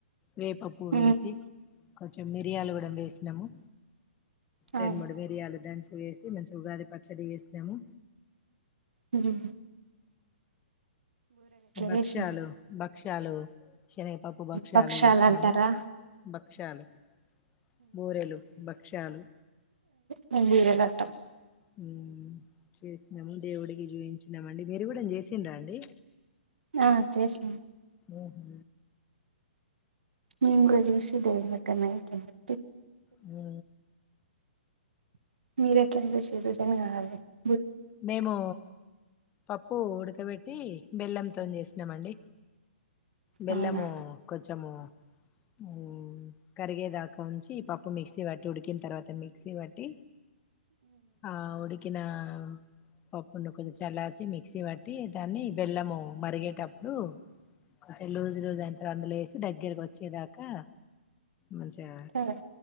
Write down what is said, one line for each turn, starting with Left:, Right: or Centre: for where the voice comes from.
Left: వేప పూవ్వ వేసి
Right: ఉమ్
Left: కొంచెం మిరియాలు కూడా వేసినాము రెండు
Right: అవును
Left: మూడు మిరియాలు దంచి వేసి మంచి ఉగాది పచ్చడి చేసినాము
Right: హు
Left: భక్షలూ
Right: చేసిండ్రు
Left: బక్షాలు శనగపప్పు భక్షలు
Right: భక్షాలు
Left: చేస్తున్నాము
Right: అంటారా
Left: బ చాలు బూరెలు బక క్ష్యాలు
Right: మందిర ఘట్టం
Left: హు చేసినాము దేవుడికి చూపించినామండి మీరు కూడా చేసిండ్ర అండి
Right: ఆ చేసినం
Left: ఉహు
Right: నేను కూడా చేసి దేవుడు దగ్గర నైవేద్యం పెట్టీ
Left: హు
Right: మీరు ఎట్లా చేసిర్రు <unintelligible>
Left: మేము పప్పు ఉడకబెట్టి బెల్లంతోనీ చేసినామండి. బెల్లము
Right: అవునా
Left: కొంచము హు కరిగేదాకా ఉంచి పప్పు మిక్సీ పట్టి ఉడికిన తర్వాత మిక్సీ పట్టి ఆ ఉడి నా పప్పును కొంచెం చల్లార్చి మిక్సీ పట్టి దాన్ని బెల్లము మరిగేటప్పుడు కొంచం లూస్ లూస్ అయినంత అందులో వేసి దగ్గరకి వచ్చేదాకా మంచిగా
Right: సరే